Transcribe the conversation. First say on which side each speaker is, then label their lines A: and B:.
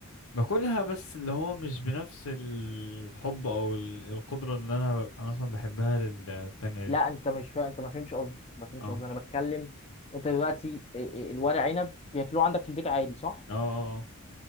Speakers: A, on the left; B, on the left.
A: باكلها بس اللي هو مش بنفس الحب او ال- القدرة اللي انا ببقى مثلا بحبها للتانية
B: لا
A: دي
B: انت مش فا... انت ما فهمش قصدي ما فهمش
A: اه اه
B: قصدي انا بتكلم انت دلوقتي ال- ال- الورق عنب بياكلوه عندك في البيت عادي صح
A: اه آه.